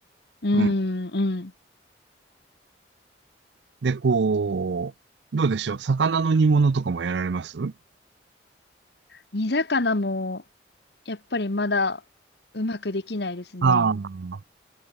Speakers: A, on the left; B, on the right.
A: うん、
B: うん。
A: うん。
B: で、こう、どうでしょう。魚の煮物とかもやられますうん
A: 煮魚も、やっぱりまだうまくできないですね。
B: ああー、